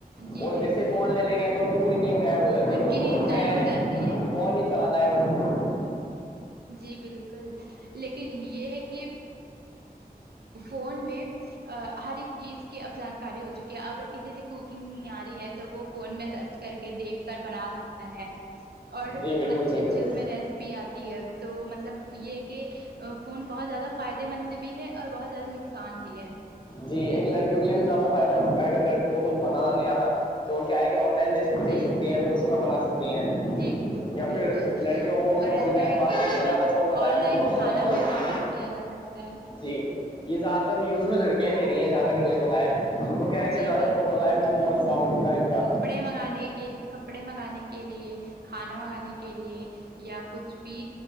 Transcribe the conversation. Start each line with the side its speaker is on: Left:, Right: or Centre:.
Right: جی
Left: اور
Right: بالکل
Left: جیسے فون لے لیں گے تو ان کی پوری نیند غائب ہو جاتی ہے
Right: ان
Left: بس
Right: کی
Left: وہ
Right: نیند
Left: سوچتے
Right: غائب
Left: ہیں
Right: ہو جاتی ہے
Left: فون چلانا ہے وہ سب
Right: جی بالکل لیکن یہ ہے کہ فون میں ہر ایک چیز کی اب جانکاری ہو چکی ہے اگر کسی سے کوکنگ نہیں آ رہی ہے تو وہ فون میں سرچ کر کے دیکھ کر بنا سکتا ہے اور
Left: جی بالکل
Right: اچھے
Left: بالکل
Right: اچھھی اس میں ریسیپی آتی تو مطلب یہ کہ فون بہت زیادہ فائدے مند بھی ہے اور بہت زیادہ نقصان بھی ہے
Left: جی ایک لڑکوں کے لیے بھی زیادہ فائدہ ہو چکا اگر لڑی وہ کچھ بنانا نہیں آتا تو وہ کیا ہے کہ آن لائن ریسیپ دیکھ
Right: جی
Left: سکتی ہیں اگر اس میں بنا سکتے ہیں
Right: جی جی
Left: یا
Right: بالکل
Left: پھر لڑکیوں کو کیا
Right: اور
Left: بولتے
Right: ایسا
Left: ہیں
Right: ہے
Left: فاسٹ
Right: کہ
Left: فوڈ
Right: اس
Left: کا
Right: میں
Left: زیادہ شوق ہوتا
Right: آن
Left: ہے
Right: لائن
Left: موموز ووموز
Right: کھانا بھی آڈر کیا جا سکتا ہے
Left: جی یہ زدہ تر یوز میں لڑکیاں لے رہی ہیں جہ تک مجھے پتا ان کو کیا ہے کہ
Right: جی
Left: زیادہ شوق ہوتا ہے موموز چاؤمین کا ان کا
Right: منانے کے <unintelligible> کے لیے کپڑے منگانے کے لیے کھانا منگانے کے لیے یا کچھ بھی